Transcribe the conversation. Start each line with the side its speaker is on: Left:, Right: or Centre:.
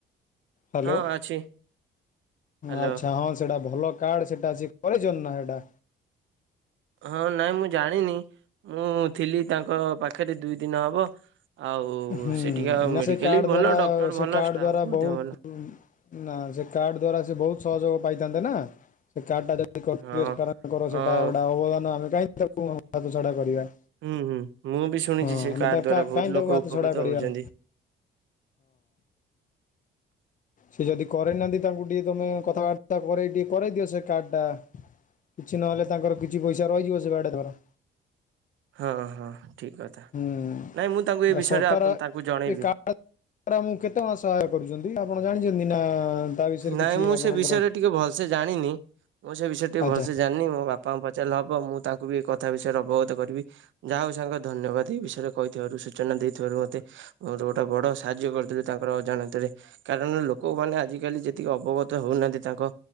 Left: ହାଲୋ
Right: ହଁ ଅଛି ହ୍ୟାଲୋ
Left: ଆଚ୍ଛା ହଁ ସେଇଟା ଭଲ କାର୍ଡ ସେଟା ଅଛି କରିଛନ୍ତି ନା ସେଟା?
Right: ହଁ ନାଇଁ ମୁଁ ଜାଣିନି ମୁଁ ଥିଲି ତାଙ୍କ ପାଖରେ ଦୁଇ ଦିନ ହବ। ଆଉ
Left: ହୁଁ
Right: ସେଠିକା ଆଉ
Left: ନା
Right: ମେଡିକାଲ୍
Left: ସେ କାର୍ଡ
Right: ବି ଭଲ
Left: ଦ୍ଵାରା
Right: ଡକ୍ଟର୍
Left: ସେ
Right: ଭଲ
Left: କାର୍ଡ
Right: ଷ୍ଟାଫ୍
Left: ଦ୍ଵାରା
Right: ବି ମଧ୍ୟ
Left: ବହୁତ
Right: ଭଲ।
Left: ନା ସେ କାର୍ଡ ଦ୍ଵାରା ସେ ବହୁତ୍ ସହଯୋଗ ପାଇଥାନ୍ତେ ନା ସେ କାର୍ଡ ଟା <unintelligible>
Right: ହଁ।
Left: ସେଇଟା ଗୋଟା
Right: ହଁ
Left: ଅବଦାନ ଆମେ କାହିଁକି ତାକୁ ହାତ ଛଡା କରିବା।
Right: ହୁଁ-ହୁଁ ମୁଁ ବି ଶୁଣିଚି
Left: ହଁ
Right: ସେ
Left: ଆମେ
Right: କାର୍ଡ
Left: ତା
Right: ଦ୍ଵାରା
Left: କାହିଁକି
Right: ବହୁତ୍
Left: ତାକୁ
Right: ଲୋକ ଉପକୃତ
Left: ହାତ ଛଡ଼ା କରିବାନି।
Right: ହଉଛନ୍ତି <unintelligible>
Left: ସେ ଯଦି କରେଇନାହାନ୍ତି ତାଙ୍କୁ ଟିକେ ତମେ କଥାବାର୍ତ୍ତା କରେଇ ଟିକେ କରେଇ ଦିଅ ସେ କାର୍ଡ ଟା। କିଛି ନହେଲେ ତାଙ୍କର କିଛି ପଇସା ରହିଯିବ ସେ କାର୍ଡ ଦ୍ଵାରା।
Right: ହଁ-ହଁ ଠିକ୍ କଥା
Left: ହୁଁ।
Right: ନାଇଁ ମୁଁ ତାଙ୍କୁ ଏ ବିଷୟରେ
Left: ସରକାର
Right: ଆପଣ ତାଙ୍କୁ ଜଣେଇବି।
Left: <unintelligible> ସହାୟ କରୁଛନ୍ତି ଆପଣ ଜାଣିଛନ୍ତି ନା? ତା ବିଷୟରେ
Right: ନାଇଁ
Left: କିଛି
Right: ମୁଁ
Left: ଆପଣଙ୍କର
Right: ସେ ବିଷୟରେ ଟିକେ ଭଲସେ ଜାଣିନି ମୁଁ ସେ ବିଷୟରେ ଟିକେ
Left: ଆଚ୍ଛା
Right: ଭଲସେ ଜାଣିନି ମୋ ବା ବାପାଙ୍କୁ ପଚାରିଲେ ହବ ମୁଁ ତାଙ୍କୁ ବି ଏଇ କଥା ବିଷୟରେ ଅବଗତ କରିବି। ଯାହା ହଉ ସାଙ୍ଗ ଧନ୍ୟବାଦ୍ ଏଇ ବିଷୟରେ କହିଥିବାରୁ ସୂଚନା ଦେଇଥିବାରୁ ମତେ। <unintelligible> ଗୋଟେ ବଡ ସାହାଯ୍ୟ କରିଥିଲୁ ତାଙ୍କର ଅଜାଣତରେ କାରଣ ଲୋକମାନେ ଆଜି ଆଜି କାଲି ଯେତିକି ଅବଗତ ହଉନାହାନ୍ତି ତାଙ୍କ